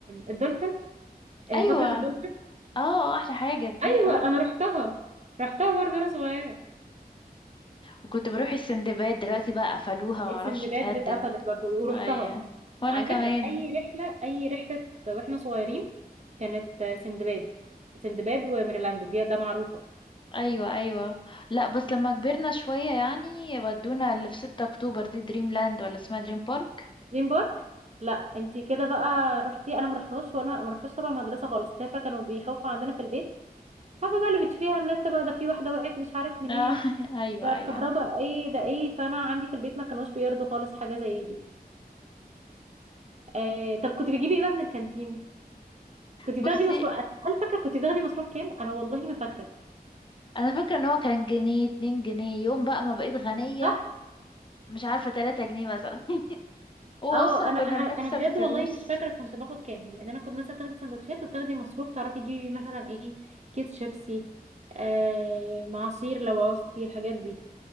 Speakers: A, on the right (about 45°); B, on the left (about 30°).
A: الدولفين آه،
B: ايوه
A: فقرة الدولفين
B: اه احلى حاجه دي
A: ايوه
B: اه
A: انا رحتها رحتها برضه وانا صغيرة
B: وكنت بروح السندباد دلوقتي بقى قفلوها معرفش
A: السندباد
B: اتهدد
A: اتقفلت برضو ورحتها
B: ايوه وانا
A: على
B: كمان
A: فكرة أي رحلة أي رحلة وإحنا صغيرين كانت سندباد سندباد وميرلاند دي ده معروفة
B: ايوه ايوه لا بس لما كبرنا شوية يعني ودونا اللي في 6 اكتوبر دي دريم لاند ولا اسمها دريم بارك
A: دريم بارك لا انتي كده بقى رحتي انا ما رحتهاش وانا ما رحتش طبعا مدرسه خالص تافهه كانوا بيخافوا عندنا في البيت عارفه بقى اللي بتشوفيه على النت بقى ده في واحده وقعت مش عارف منين
B: آه <laughs> ايوه
A: ده
B: ايوه
A: الكهرباء ايه ده ايه فانا عندي في البيت ما كانوش بيرضوا خالص حاجه زي دي آه طب كنت بتجيبي ايه بقى من الكانتين كنت
B: بصي
A: بتاخدي مصروف هل فاكره كنت بتاخدي مصروف كام انا والله ما فاكره
B: انا فاكرة ان هو كان جنيه اتنين جنيه يوم بقى ما بقيت غنية
A: صح
B: مش عارفة تلاتة جنيه مثلا <laughs> هو
A: اه
B: اصلا
A: انا
B: كنا
A: انا
B: بنكسب
A: انا أنا بجد
B: فلوس
A: والله مش فاكره كنت باخد كام لان انا كنت مثلا تاخدي سندوتشات وتاخدي مصروف تعرفي تجيبي مثلا ايه كيس شيبسي آه معصير لو عوزتي الحاجات دي